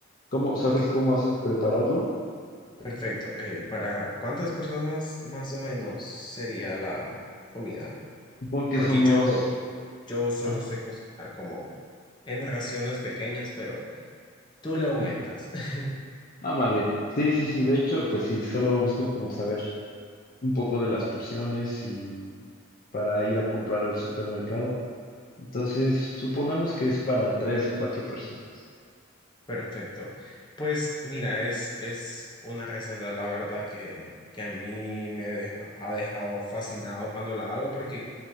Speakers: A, on the left; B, on the left.
A: ¿Cómo, sabes
B: Ok,
A: cómo haces prepararlo?
B: perfecto. Eh, ¿para cuántas personas más o menos sería la comida?
A: Supongo que
B: Porque
A: somos...
B: yo, yo solo
A: Ah,
B: sé cocinar como en raciones pequeñas, pero tú le aumentas. <laughs>
A: ah, vale. Sí, sí, sí. De hecho, pues sí, solo busco como saber. un poco de las porciones y para ir a comprar al supermercado. Entonces, supongamos que es para tres o cuatro personas.
B: Perfecto. Pues mira, es, es una receta, la verdad, que, que a mí me deja- ha dejado fascinado cuando la hago porque...